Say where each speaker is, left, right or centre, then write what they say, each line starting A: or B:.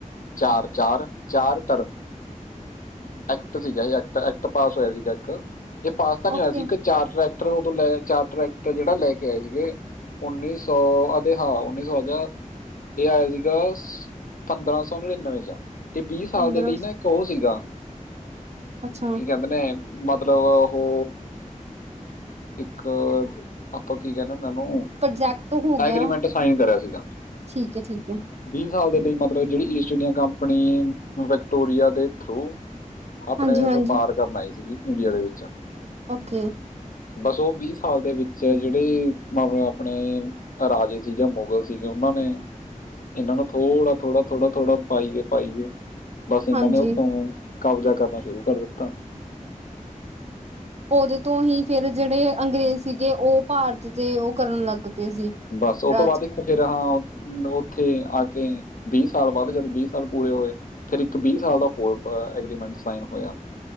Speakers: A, on the left; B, on the right.
A: ਚਾਰ-ਚਾਰ-ਚਾਰ ਟਰ। ਐਕਟ ਸੀਗਾ, ਏਹ ਐਕਟ ਐਕਟ ਪਾਸ ਹੋਇਆ ਸੀਗਾ ਇੱਕ, ਯੇ ਪਾਸ ਤਾਂ ਨੀ
B: ਓਕੇ
A: ਹੋਇਆ ਸੀ ਇੱਕ ਚਾਰ ਟਰੈਕਟਰ ਉਦੋਂ ਲੈ ਚਾਰ ਟਰੈਕਟਰ ਜੇੜਾ ਲੈ ਕੇ ਆਏ ਸੀਗੇ ਉੱਨੀ ਸੌ ਅਦੇ ਹਾਂ, ਉੱਨੀ ਸੌ ਅਗੈ ਏਹ ਆਇਆ ਸੀਗਾ ਪੰਦਰਾਂ ਸੌ ਨੜ੍ਹਿਨਵੇਂ ਚ ਏਹ ਬੀਹ ਸਾਲ
B: ਪੰਦਰਾਂ
A: ਦੇ ਲਈ ਨਾ ਇੱਕ ਓਹ ਸੀਗਾ
B: ਅੱਛਾ
A: ਕੀ ਕੈੰਦੇ ਨੇ ਮਤਲਬ ਹੋ ਇੱਕ ਆਪਾਂ ਕੀ ਕੈਣੈ ਏਹਨਾਂ ਨੂੰ
B: ਪ੍ਰੋਜੈਕਟ ਹੋ ਗਿਆ
A: ਐਗਰੀਮੈਂਟ ਸਾਈਨ ਕਰਿਆ ਸੀਗਾ।
B: ਠੀਕ ਹੈ ਠੀਕ ਹੈ
A: ਵੀਹ ਸਾਲ ਦੇ ਲਈ ਮਤਲਬ ਜੇੜੀ ਈਸਟ ਇੰਡੀਆ ਕੰਪਨੀ ਵਿਕਟੋਰੀਆ ਦੇ ਥਰੂ ਆਪਣੇ
B: ਹਾਂਜੀ ਹਾਂਜੀ
A: ਵਪਾਰ ਕਰਨ ਆਈ ਸੀਗੀ ਇੰਡੀਆ ਦੇ ਵਿੱਚ।
B: ਓਕੇ।
A: ਬਸ ਓਹ ਬੀਹ ਸਾਲ ਦੇ ਵਿੱਚ ਜੇੜੇ ਮਾਵੇ ਅਪਣੇ ਰਾਜੇ ਸੀ ਯਾ ਮੁਗਲ ਸੀਗੇ ਉਹਨਾਂ ਨੇ ਇਹਨਾਂ ਨੂੰ ਥੋੜਾ ਥੋੜਾ, ਥੋੜਾ ਥੋੜ੍ਹਾ ਪਾਈਗੇ ਪਾਈਗੇ। ਬਸ ਇਹਨਾਂ
B: ਹਾਂਜੀ
A: ਨੇ ਉੱਤੋ ਕਬਜ਼ਾ ਕਰਨਾ ਸ਼ੁਰੂ ਕਰ ਦਿੱਤਾ।
B: ਓਹਦੇ ਤੋਂ ਹੀ ਫੇਰ ਜੇੜੇ ਅੰਗਰੇਜ਼
A: ਹਾਂ,
B: ਸੀਗੇ ਓਹ ਭਾਰਤ ਤੇ ਓਹ ਕਰਨ ਲੱਗ ਪਏ ਸੀ
A: ਬਸ ਉਹ
B: ਰਾਜ
A: ਤੋਂ ਬਾਦ ਇੱਕ ਫੇਰ ਹਾਂ ਓਥੇ ਆ ਕੇ ਬੀਹ ਸਾਲ ਬਾਦ ਜਦ ਬੀਹ ਸਾਲ ਪੂਰੇ ਹੋਏ ਫੇਰ ਇੱਕ ਬੀਹ ਸਾਲ ਦਾ ਹੋਰ ਪ ਐਗਰੀਮੈਂਟ ਸਾਈਨ ਹੋਇਆ।